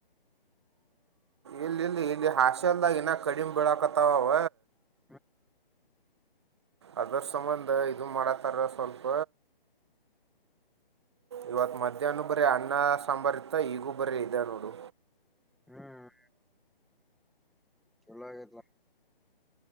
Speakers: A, on the right; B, in the centre.
A: ಇಲ್ಲಿ ಇಲ್ಲಿ ಇಲ್ಲಿ ಹಾಸಲ್ದಾಗ ನಾಗ ಕಡಿಮೆ ಬೀಳಾಕತ್ತಾವ ಅವ
B: ಹಾ
A: ಅದರ್ ಸಂಬಂಧ ಇದು ಮಾಡತಾರ ಸ್ವಲ್ಪ ಇವತ್ತು ಮಧ್ಯಾಹ್ನ ಬರೀ ಅಣನ್ನ ಸಾಂಬಾರ್ ಇತ್ತ ಈಗೂ ಬರ ಇದ ನೋಡು
B: ಹ್ಮ್ ಚಲ್ಲಾಗತಲ್ಲ